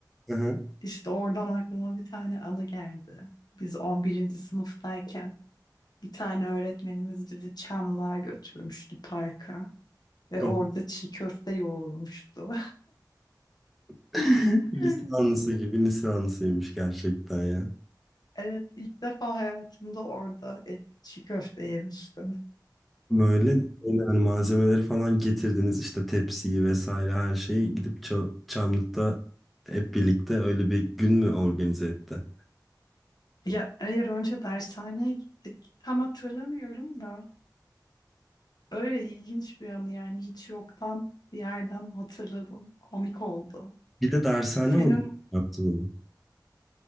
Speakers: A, in the centre; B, on the left (about 60°).
A: Hı hı.
B: İşte oradan aklıma bir tane anı geldi. Biz on birinci sınıftayken bir tane öğretmenimiz bizi Çamlı'ya götürmüştü parka ve
A: Hı.
B: orada çiğ köfte yoğurmuştu.
A: <laughs> Lisansı
B: <laughs>
A: gibi lisansıymış gerçekten ya.
B: Evet, ilk defa hayatımda orada et, çiğ köfte yemiştim.
A: Böyle böyle hani malzemeleri falan getirdiniz işte tepsiyi vesaire her şeyi gidip Ça- Çamlık'ta hep birlikte öyle bir gün mü organize etti?
B: Ya hayır önce dershaneye gittik. Tam hatırlamıyorum da öyle ilginç bir anı yani hiç yoktan bir yerden hatırladım. Komik oldu.
A: Bir de dershane
B: Senin
A: hocam yaptı bunu.